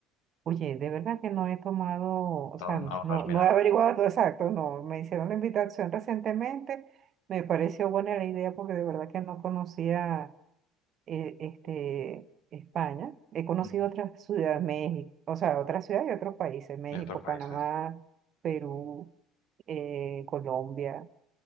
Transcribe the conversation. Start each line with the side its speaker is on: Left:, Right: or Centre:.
Right: Oye, de verdad que no he tomado, o
Left: Aún,
Right: sea,
Left: aún
Right: no,
Left: no has mirado.
Right: no he averiguado <laughs> todo exacto, no, me hicieron la invitación recientemente, me pareció buena la idea porque de verdad que no conocía eh, este, España, he conocido
Left: Ujú.
Right: otras ciudades, México, o sea, otras ciudades y otros países, México,
Left: De otros países.
Right: Panamá, Perú, eh, Colombia.